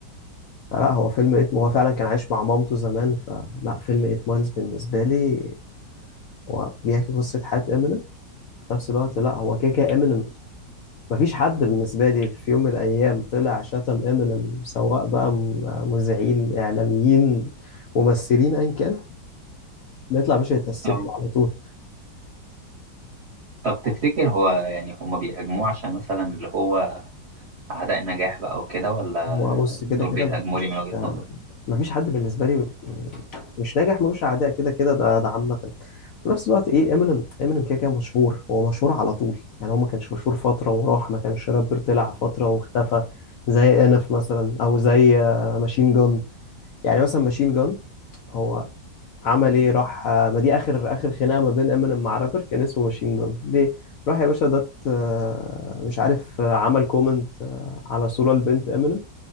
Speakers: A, on the left; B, on the right.
A: فلا هو فيلم 8 هو فعلا كان عايش مع مامته زمان فلا فيلم 8 مايلز بالنسبة لي هو بيحكي قصة حياة امينيم في نفس الوقت لا هو كده كده امينيم مفيش حد بالنسبة لي في يوم من الأيام طلع شتم امينيم سواء بقى م- مذيعين إعلاميين ممثلين أيا كان بيطلع باشا يتأسف
B: طب
A: له على طول
B: طب تفتكر هو يعني هما بيهاجموه عشان مثلا اللي هو اعداء النجاح بقى وكده ولا
A: هو بص كده
B: دول
A: كده
B: بيهاجموا
A: مفيش
B: لي من وجهة نظر
A: مفيش حد بالنسبة لي م- مش ناجح ملوش أعداء كده كده ده ده عامة في نفس الوقت إيه امينيم امينيم كده كده مشهور هو مشهور على طول يعني هو ما كانش مشهور فترة وراح ما كانش رابر طلع فترة واختفى زي انف مثلا أو زي ماشين جان يعني مثلا ماشين جان هو عمل ايه راح آه، ما دي اخر اخر خناقه ما بين امينيم مع رابر كان اسمه ماشين جون ليه راح يا باشا ده آه، مش عارف آه، عمل كومنت آه، على صوره لبنت امينيم